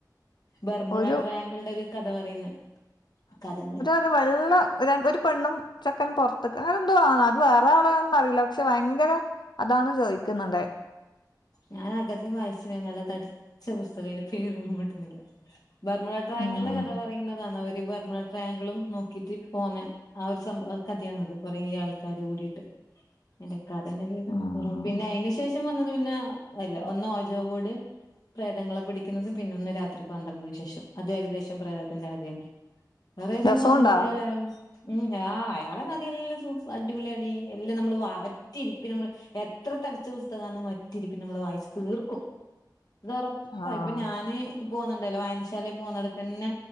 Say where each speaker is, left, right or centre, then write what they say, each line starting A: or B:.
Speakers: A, on the left (about 55°); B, on the left (about 80°).
A: ബർമുട
B: ഒരു
A: ട്രയാങ്കള്ടെ ഒരു കഥ പറയുന്നെ കഥന്നെ.
B: ഒര് വെള്ള ഒരു പെണ്ണും ചെക്കനും പൊർത്ത്ക്കാ അങ്ങനെ എന്തോ ആണ് വേറെ ആളന്നറിയില്ല. പക്ഷെ വയങ്കര അതാണ് ചോയ്ക്കുന്നുണ്ടായ്.
A: ഞാൻ അഗതിം വായിച്ച്ണ് നല്ല തടിച്ച പുസ്തകേനി പേര് ഓർമട്ട്ണില്ല ബർ ട്രയാങ്ക്ൽടെ
B: ഉം
A: കഥ പറയുന്നതാന്ന് അവര് ഈ ബർമ്മള ട്രാങ്കളും നോക്കിട്ട് പോന്നെ ആ ഒരു സംഭവ ഹ് കഥിയാന്നത് കൊറേ ആൾക്കാര് കൂടിട്ട് അയ്ന്റെ കഥന്റെ പേര്
B: ഉം
A: എൻക്കോർമ്മ പിന്നെ അയ്ന് ശേഷം വന്നത് പിന്നെ അല്ല ഒന്ന് ഓജോ ബോട് പ്രേതങ്ങളെ പിടിക്കുന്നത് പിന്നെ ഒന്ന് രാത്രി പന്ത്രണ്ടിനു ശേഷം അത് ഏകദേശം പ്രേതത്തിന്റെ കഥന്നെ.
B: <inaudible>
A: വേറേതും
B: രസമുണ്ടാ
A: വന്നിലില്ല അലയാള് ഉം ആഹ് അയാളെ കഥയെല്ലാം സൂ അടിപൊളിയാടി എല്ലാം നമ്മള് വ ഒറ്റിരിപ്പിന് മ്മള് എത്ര തടിച്ച പുസ്തകാന്നെ ഒറ്റിരിപ്പിന് നമ്മള് വായിച്ചു തീർക്കും അതൊറപ്പ
B: ആഹ്
A: ഇപ്പൊ ഞാന് പോവുന്നുണ്ടല്ലോ വായനശാല പോകുന്നിടത്തന്നെ.